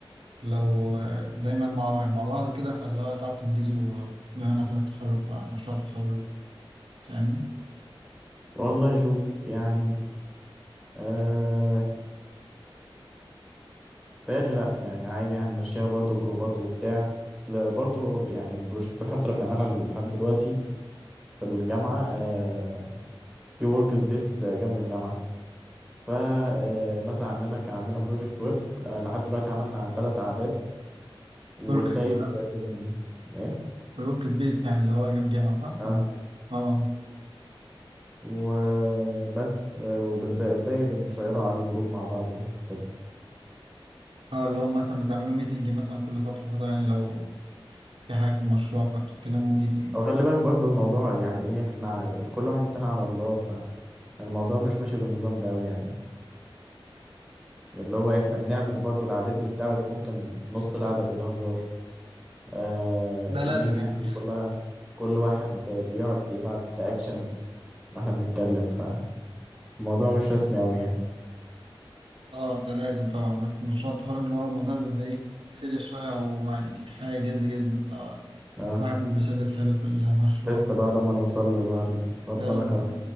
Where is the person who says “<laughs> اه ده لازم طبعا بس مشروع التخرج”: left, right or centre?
Right